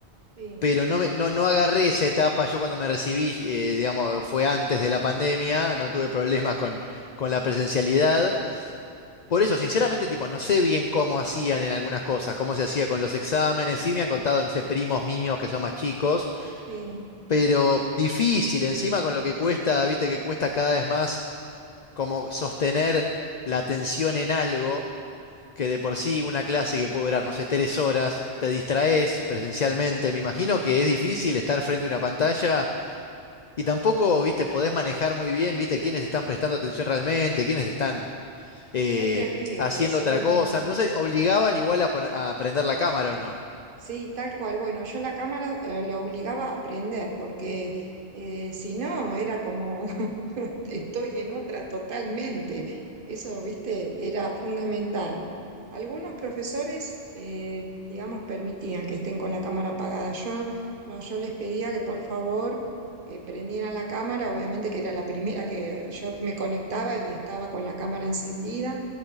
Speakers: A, on the right; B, on the left.
A: Sí,
B: pero no, me, no, no agarré esa etapa. Yo cuando me recibí, eh, digamos, fue antes de la pandemia, no tuve problemas con, con la presencialidad. Por eso, sinceramente, tipo, no sé bien cómo hacían en algunas cosas, cómo se hacía con los exámenes. Sí me han contado, no sé, primos míos que son más chicos,
A: sí,
B: pero difícil, encima con lo que cuesta, viste que cuesta cada vez más como sostener la atención en algo, que de por sí una clase que puede durar, no sé, tres horas, te distraes presencialmente. Me imagino que es difícil estar frente a una pantalla y tampoco, viste, podés manejar muy bien, viste, quiénes están prestando atención realmente, quiénes están eh,
A: fue terrible,
B: haciendo
A: sí.
B: otra cosa. No sé, obligaban igual a, poner- a prender la cámara o no.
A: Sí, tal cual. Bueno, yo la cámara eh, la obligaba a aprender porque eh, si no era como <laughs> estoy en otra totalmente. Eso, viste, era fundamental. Algunos profesores, eh, digamos, permitían que estén con la cámara apagada. Yo no, yo les pedía que por favor eh, prendieran la cámara. Obviamente que era la primera que yo me conectaba y estaba con la cámara encendida.